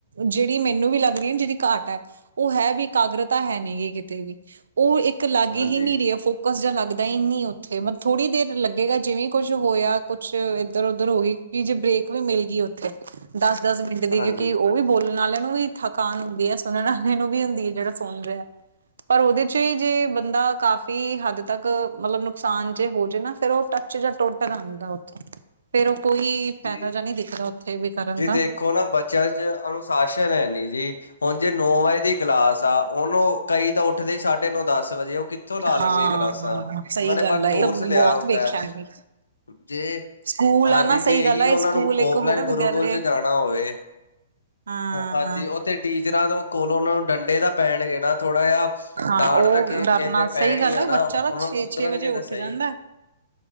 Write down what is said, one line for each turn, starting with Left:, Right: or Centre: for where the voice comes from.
Right: ਜਿਹੜੀ ਮੈਨੂੰ ਵੀ ਲੱਗਦੀ ਆ ਜਿਹੜੀ ਘਾਟ ਹੈ, ਉਹ ਹੈ ਵੀ ਕਾਗਰਤਾ ਹੈ ਨਹੀਂ ਗੀ ਕਿਤੇ ਵੀ, ਉਹ ਇੱਕ ਲਾਗੇ
Left: ਹਾਂਜੀ,
Right: ਹੀ ਨਹੀਂ ਰਿਹੀ ਫੋ ਕੁਸ਼ ਜਾ ਲੱਗਦਾ ਨੀ ਉੱਥੇ, ਮਥ ਥੋੜ੍ਹੀ ਦੇਰ ਲੱਗੇਂਗਾ ਜਿਵੇਂ ਕੁਛ ਹੋਇਆ, ਕੁਸ਼ ਇੱਧਰ- ਉਧਰ ਹੋ ਗਏ। ਕਿ ਜੇ ਬ੍ਰੇਕ ਵੀ ਮਿਲ ਗਈ ਉਥੇ। ਦਸ- ਦਸ ਮਿੰਟ ਦੀ
Left: ਹਾਂਜੀ
Right: ਕਿਉਂਕਿ ਉਹ ਵੀ ਬੋਲਣ ਵਾਲਿਆਂ ਨੂੰ ਵੀ ਥਕਾਨ ਹੁੰਦੀ ਹੈ। ਸੁਣਨ ਵਾਲੇ ਨੂੰ ਵੀ ਹੁੰਦੀ ਹੈ। ਜਿਹੜਾ ਸੁਣ ਰਿਹਾ ਪਰ ਉਹਦੇ ਸ਼ ਜੇ ਬੰਦਾ ਕਾਫ਼ੀ ਹੱਦ ਤੱਕ ਮਤਲਬ ਨੁਕਸਾਨ ਜੇ ਹੋ ਜੇ ਨਾ ਫਿਰ ਉਹ ਟਚ ਸ਼ ਜਾਂ ਟੋਟ ਦਾ ਜਾਦਾ ਉੱਥੇ, ਫੇਰ ਉਹ ਕੋਈ ਫਾਇਦਾ
Left: ਜੀ।
Right: ਜਾ ਨਹੀਂ ਦਿਖਦਾ ਉੱਥੇ ਵੀ ਕਰਨ
Left: ਜੀ
Right: ਦਾ।
Left: ਦੇਖੋ ਨਾ ਬੱਚਿਆਂ ਚ ਅਨੁਸ਼ਾਸਨ ਹੈ ਨੀ ਜੀ। ਹੁਣ ਜੇ ਨੌ ਵਜੇ ਦੀ ਕਲਾਸ ਆ ਉਹਨੂੰ ਕਈ ਤਾਂ ਓ ਉਠ ਦਾ ਸਾਢੇ ਨੌ ਦਸ ਵਜੇ ਆ ਉਹ ਕਿੱਥੋਂ ਲਾ ਲੈਣਗੇ
Right: ਹਾਂ
Left: ਕਲਾਸਾਂ,
Right: ਸਹੀ
Left: ਉਹਨਾਂ ਨੇ
Right: ਗੱਲ
Left: ਪਰ
Right: ਆ ਇਹ
Left: ਕੋਰਸ
Right: ਤਾਂ
Left: ਲਿਆ
Right: ਬਹੁਤ
Left: ਹੁੰਦਾ।
Right: ਵੇਖਿਆ ਵੀ।
Left: ਜੇ
Right: ਸਕੂਲ
Left: ਹਾਂਜੀ
Right: ਆ ਨਾ ਸਹੀ
Left: ਜੇ
Right: ਗੱਲ
Left: ਹੀ
Right: ਆ ਇਹ
Left: ਉਹਨਾਂ
Right: ਸਕੂਲ
Left: ਨੂੰ
Right: ਇੱਕ
Left: ਓਫਲਾਈਨ
Right: ਹੋ ਨਾ
Left: ਗੁਰੂਕੁਲ
Right: ਵਿਦਿਆਲੇ
Left: ਚ ਜਾਣਾ ਹੋਵੇ
Right: ਹਾਂ
Left: ਹਾਂਜੀ ਉੱਤੇ ਟੀਚਰਾਂ ਤੋਂ ਕੋਲੋ ਨੂੰ ਡੰਡੇ ਤਾ ਪੈਣਗੇ ਨਾ, ਥੋੜਾ ਜਾਂ
Right: ਹਾਂ
Left: ਡਾਂਟ
Right: ਉਹ
Left: ਤਾਂ ਕੇ
Right: ਡਰ
Left: ਕਹਿੰਦੇ
Right: ਨਾਲ
Left: ਪੈਣੀਂ
Right: ਸਹੀ ਗੱਲ
Left: ਆ ਨਾ,
Right: ਬੱਚਾ
Left: ਉਹ
Right: ਦਾ
Left: ਨੂੰ
Right: ਛੇ
Left: ਸੁਧਰਨਗੇ
Right: ਛੇ ਵਜੇ ਉੱਠ
Left: ਤਾਂ ਸਹੀ
Right: ਜਾਂਦਾ,